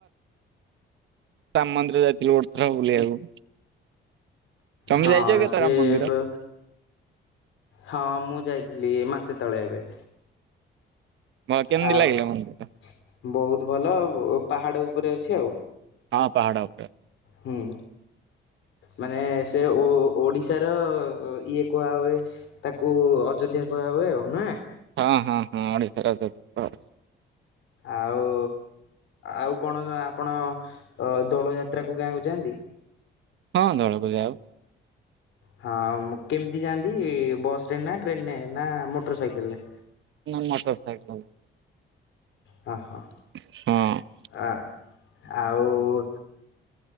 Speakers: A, on the right; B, on the left.
A: ରାମ ମନ୍ଦିର ଯାଇଥିଲୁ ଗୋଟ ଥର ବୁଲିବାକୁ। ତମେ
B: ହଁ
A: ଯାଇଛ କେତେ
B: ସେ
A: ରାମ ମନ୍ଦିର?
B: ଏବେ ହଁ ମୁଁ ଯାଇଥିଲି ମାସେ ତଳେ ଏବେ।
A: ବ କେମିତି
B: ଆଉ
A: ଲାଗିଲା ମନ୍ଦିର?
B: ବହୁତ ଭଲ ବୋ ପାହାଡ ଉପରେ ଅଛି ଆଉ।
A: ହଁ ପାହାଡ଼ ଉପେ
B: ହୁଁ। ମାନେ ସେ ଓ ଓଡ଼ିଶାର ଇଏ କୁହା ହୁଏ। ତାକୁ ଅଯୋଧ୍ୟା କୁହାହୁଏ ଆଉ ନାଁ।
A: ହଁ ହଁ ହଁ ଓଡିଶାର ସେତ
B: ଆଉ ଆଉ କଣ ଆପଣ ଦୋଳ ଯାତ୍ରାକୁ ଗାଁକୁ ଯାଆନ୍ତି।
A: ହଁ ଦଳକୁ ଯାଉ।
B: ହଁ କେମିତି ଯାଆନ୍ତି ବସ ରେ ନା ଟ୍ରେନ ରେ ନା ମୋଟର ସାଇକେଲ ରେ।
A: ନା ମଟର ସାଇକେଲ।
B: ହାଁ ହାଁ।
A: ହଁ।
B: ଆ ଆଉ